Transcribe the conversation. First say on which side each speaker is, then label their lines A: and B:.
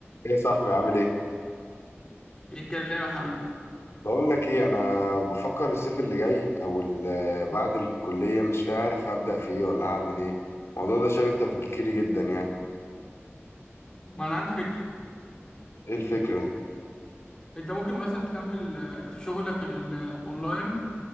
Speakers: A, on the left; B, on the left.
A: ايه يا صاحبي عامل ايه
B: ايه الكلام يا حبيبي
A: بقول لك ايه انا بفكر الصيف اللي جاي او ال- آه، بعد الكليه مش عارف هبدا في ايه ولا هعمل ايه الموضوع ده شاغل تفكيري جدا يعني
B: ما انا عندي فكره
A: ايه الفكره دي
B: انت ممكن مثلا تكمل آه، في شغلك الاونلاين